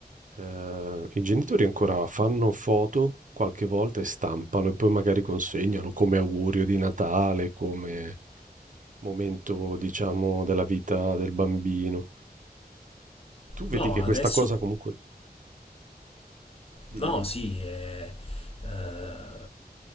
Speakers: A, on the right (about 50°); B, on the left (about 35°).
A: eh, i genitori ancora fanno foto qualche volta e stampano e poi magari consegnano come augurio di Natale, come momento, diciamo, della vita del bambino. Tu vedi
B: No,
A: che
B: adesso
A: questa cosa comunque... Dimmi,
B: No,
A: dimmi.
B: sì, eh, eh,